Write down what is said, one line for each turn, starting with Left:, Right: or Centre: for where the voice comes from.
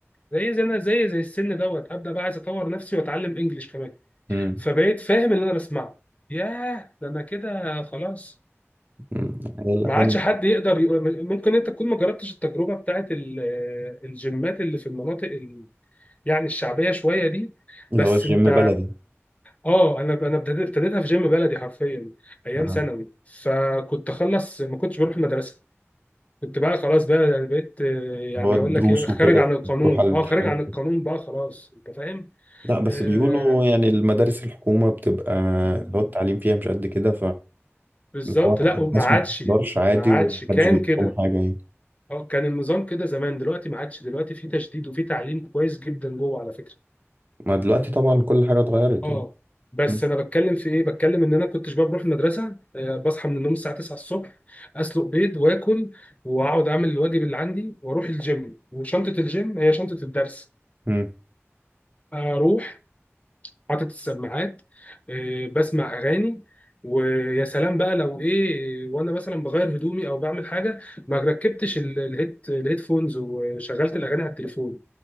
Left: زي زي انا زي زي السن دوت ابدا بقى عايز اطور نفسي واتعلم انجليش كمان
Right: امم
Left: فبقيت فاهم اللي انا بسمعه ياه ده انا كده خلاص
Right: أمم. هي الاغاني
Left: ما عادش
Right: دي
Left: حد يقدر يقول ممكن انت تكون ما جربتش التجربه بتاعت ال- الجيمات اللي في المناطق ال... يعني الشعبيه شويه دي
Right: اللي
Left: بس
Right: هو الجيم
Left: انت
Right: بلدي
Left: اه انا انا ابتديت ابتديتها في جيم بلدي حرفيا ايام
Right: آه.
Left: ثانوي فكنت اخلص ما كنتش بروح المدرسه كنت بقى خلاص بقى يعني بقيت آه، يعني
Right: هو الدروس
Left: هقول لك ايه خارج
Right: وكده
Left: عن القانون
Right: تروح على الامتحان
Left: اه خارج عن القانون بقى خلاص انت فاهم
Right: لا بس
Left: آه
Right: بيقولوا يعني المدارس الحكومه بتبقى
Left: مم،
Right: اللي هو التعليم فيها مش قد كده
Left: بالظبط
Right: إن هو
Left: لا
Right: الناس
Left: وما عادش
Right: ما بتقدرش عادي
Left: ما عادش
Right: ومحدش
Left: كان
Right: بيقول
Left: كده
Right: لهم حاجة يعني
Left: اه كان النظام كده زمان دلوقتي ما عادش دلوقتي في تشديد وفي تعليم كويس جدا جوه على فكره
Right: ما دلوقتي طبعا كل حاجة اتغيرت
Left: اه
Right: يعني
Left: بس
Right: مم.
Left: انا بتكلم في ايه بتكلم ان انا كنتش بقى بروح المدرسه آه، بصحى من النوم الساعه 9 الصبح اسلق بيض واكل واقعد اعمل الواجب اللي عندي واروح الجيم وشنطه الجيم هي شنطه الدرس
Right: مم.
Left: اروح حاطط السماعات آه، بسمع اغاني ويا سلام بقى لو ايه وانا مثلا بغير هدومي او بعمل حاجه ما ركبتش ال- الهيد الهيدفونز وشغلت الاغاني على التليفون